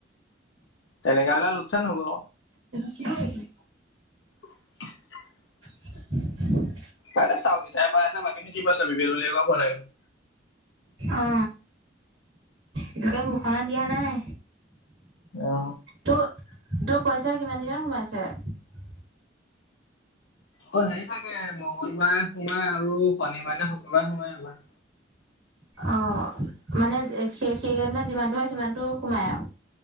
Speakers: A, on the left (about 70°); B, on the right (about 80°).
A: তেনেকা হলে লোকচান হ'ব
B: কি
A: <inaudible>
B: <unintelligible>
A: তাতে চাউলকিটাই পাই আছে বাকী নো কি পাইছে বি পি এল বোলি একো পোৱা নাই দেখোন
B: অ এতিয়ালগে ঘোষণা দিয়া নাই
A: অ
B: তোৰ তোৰ পইচা কিমান দিনত সোমাইছে
A: অ হেৰি থাকে মঙ্গলবাৰে সোমাই আৰু শনিবাৰনে শুকোবাই সোমাই আমাৰ
B: অ মানে সেই সেইকেইদিনত যিমানটো হয় সিমানটো সোমাই আও